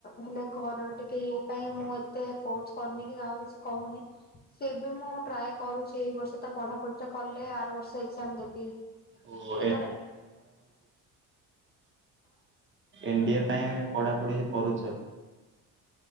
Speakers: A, on the left (about 25°); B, on the right (about 30°).
A: ହେଲେ ଘରର ଟିକେ ଇଏ ପାଇଁ ମୁଁ ଆ ଏତେ ଫୋର୍ସ କରୁନି କି କାହାକୁ କିଛି କହୁନି ସେ ବି ମୋ ଟ୍ରାଏ କରୁଛି ଏଇ ବର୍ଷ ତ ପଢାପଢି ଟା କଲେ ଆର ବର୍ଷ ଏକ୍ଜାମ ଦେବି
B: ଓହୋ
A: ଏଧର।
B: ଏନ୍ ଡି ଏ ପାଇଁ। ପଢାପଢି କରୁଛ।